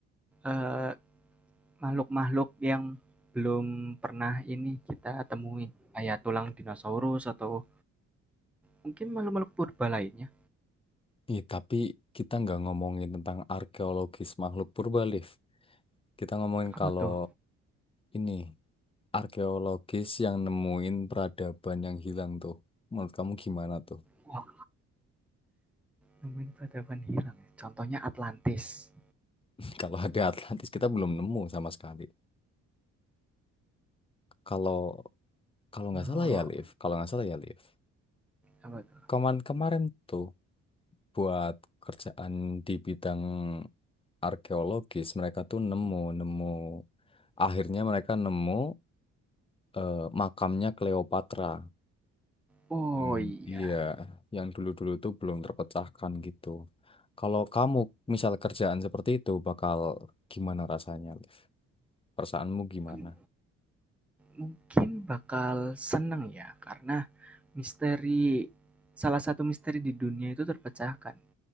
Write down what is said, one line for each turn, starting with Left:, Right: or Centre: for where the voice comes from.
Centre: eee, Makhluk-makhluk yang belum pernah ini kita temuin, kayak tulang dinosaurus atau mungkin makhluk-makhluk purba lainnya.
Left: Iya, tapi kita nggak ngomongin tentang arkeologis makhluk purba, Liv. Kita ngomongin
Centre: Apa
Left: kalau
Centre: tuh?
Left: ini, arkeologis yang nemuin peradaban yang hilang tuh. Menurut kamu gimana tuh?
Centre: Wah, nemuin peradaban hilang ya. Contohnya Atlantis.
Left: <laughs> Kalau ada Atlantis, kita belum nemu sama sekali. Kalau kalau nggak salah
Centre: Oh,
Left: ya, Liv. Kalau nggak salah ya, Liv.
Centre: apa tuh?
Left: Kemarin-kemarin tuh buat kerjaan di bidang arkeologis mereka tuh nemu nemu akhirnya mereka nemu eh, makamnya Cleopatra
Centre: Oh
Left: Hmm,
Centre: iya,
Left: iya yang dulu-dulu tuh belum terpecahkan gitu kalau kamu misal kerjaan seperti itu bakal gimana rasanya Liv? perasaanmu gimana
Centre: M- mungkin bakal seneng ya karena misteri salah satu misteri di dunia itu terpecahkan.